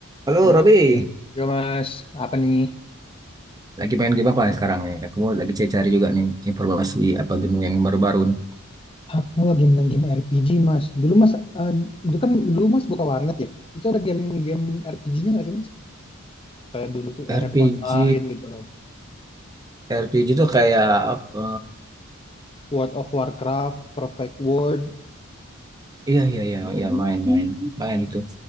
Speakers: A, on the right; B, on the left.
A: Halo
B: Halo,
A: Robi,
B: yo Mas, apa nih?
A: lagi pengen game apa nih sekarang nih? Aku lagi cari-cari juga nih informasi apa game yang baru-baru nih.
B: Aku lagi main game RPG, Mas. Dulu Mas, eh, itu kan dulu Mas buka warnet ya. Itu ada game-game RPG-nya nggak sih, Mas? Kayak dulu tuh
A: RPG,
B: RF Online gitu loh.
A: RPG tuh kayak apa?
B: World of Warcraft, Perfect World.
A: Iya iya iya iya main-main main itu.